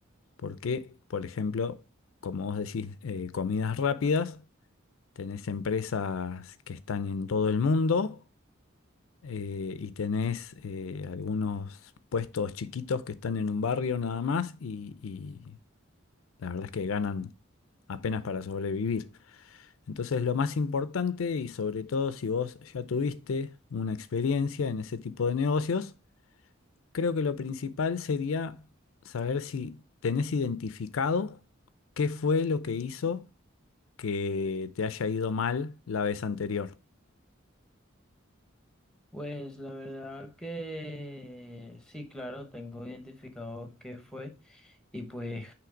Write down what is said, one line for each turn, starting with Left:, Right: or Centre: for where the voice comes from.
Left: Porque, por ejemplo, como vos decís, eh, comidas rápidas. Tenés empresas que están en todo el mundo eh, y tenés eh, algunos puestos chiquitos que están en un barrio nada más y, y la verdad es que ganan apenas para sobrevivir. Entonces lo más importante y sobre todo si vos ya tuviste una experiencia en ese tipo de negocios, creo que lo principal sería saber si tenés identificado qué fue lo que hizo que te haya ido mal la vez anterior.
Centre: Pues la verdad que sí, claro, tengo identificado qué fue y pues,